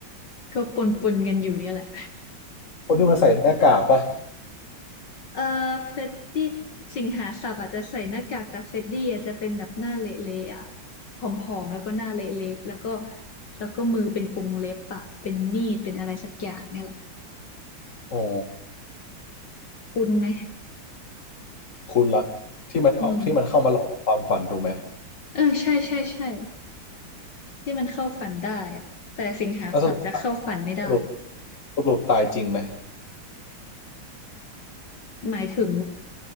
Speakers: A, on the left; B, on the left.
A: ก็ปนปนกันอยู่เนี่ยแหละ
B: คนที่มันใส่หน้ากากปะ
A: เออเฟตตี้สิงหาสับอาจจะใส่หน้ากากแต่เฟตตี้อาจจะเป็นแบบหน้าเละๆอ่ะผอมๆแล้วก็หน้าเละๆแล้วก็แล้วก็มือเป็นกรงเล็บอ่ะเป็นมีดเป็นอะไรสักอย่างเนี่ยแหละ
B: อ๋อ
A: คุณไหม
B: คุณละที่มันออกที่มันเข้ามาหลอกความฝันถูกไหม
A: อืมเออใช่ใช่ใช่ ที่มันเข้าฝันได้อะแต่สิงหาสัตว์จะเข้าฝันไม่ได้
B: แล้วสรุปสรุปสรุปตายจริงไหม
A: หมายถึง